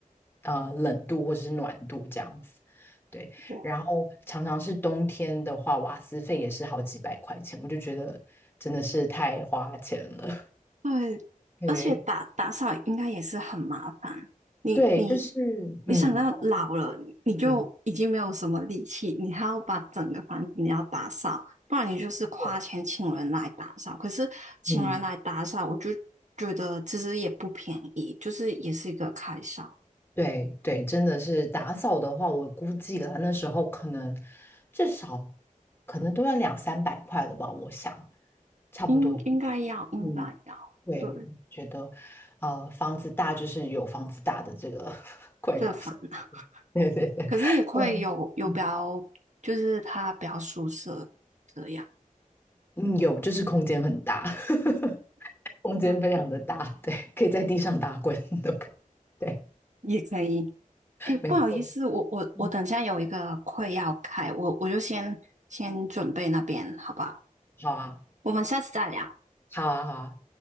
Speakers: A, on the left; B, on the right.
A: 呃冷度或者是暖度这样子。对，
B: 哇，
A: 然后常常是冬天的话，瓦斯费也是好几百块钱，我就觉得真的是太花钱了。
B: 对，
A: <laughs> 对，
B: 而且打打扫应该也是很麻烦。你你
A: 对，就是
B: 你想到老了，
A: 嗯
B: 你就已经没有什么力气，
A: 嗯。
B: 你还要把整个房子你要打扫，不然你就是花钱请人来打扫。
A: 我
B: 可是请人来打扫，
A: 嗯
B: 我就觉得其实也不便宜，就是也是一个开销。
A: 对对，真的是打扫的话，我估计了那时候可能至少可能都要两三百块了吧，我想差不多对不对嗯，
B: 应应该要，应该要，
A: 对，
B: 对，
A: 觉得呃房子大就是有房子大的这个 <laughs> 困扰，
B: 这烦恼，
A: <laughs> 对对对，
B: 可是也会有有比较，
A: 嗯嗯
B: 就是他比较舒适这样，
A: 嗯，有就是空间很大，<laughs> 空间非常的大，
B: 对，
A: 对，可以在地上打滚 <laughs> 都可以，对，
B: 也可以。哎，
A: 没错，
B: 不好意思，我我我等下有一个会要开，
A: 嗯，
B: 我我就先先准备那边，好不好？
A: 好啊，
B: 我们下次再聊。
A: 好啊，好啊。